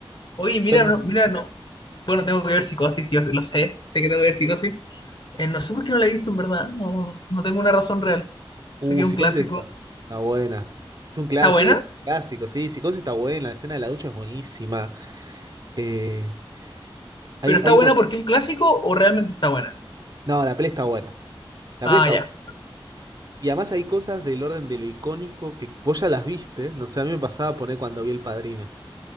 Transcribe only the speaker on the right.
Bueno,
es-
uh,
Psicosis
está, está buena. Es un clásico,
clásico, sí, Psicosis está buena, la escena de la ducha es buenísima. Eh, hay,
hay
un doc-
no, la peli está buena. La
peli está
buena. Y además hay cosas del orden de lo icónico que vos ya las viste, no sé, a mí me pasaba poner cuando vi El Padrino.